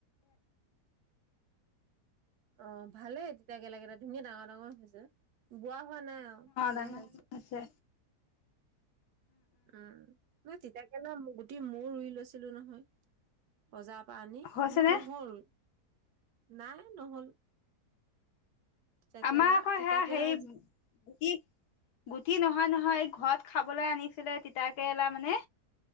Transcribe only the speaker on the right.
অ ভালে তেতিয়া গেলে ধুনীয়া ডাঙৰ ডাঙৰ হৈছে বোৱা অোৱা নাই অ ভালে
হৈ আছে
উম ন তিতাকেলা গুটি ময় ৰুই লৈছিলো নহয় সজাৰ পৰা আনি
মোৰ
নহল নাই নহ'ল তিতাকেৰেলা
তিতাকেৰেলা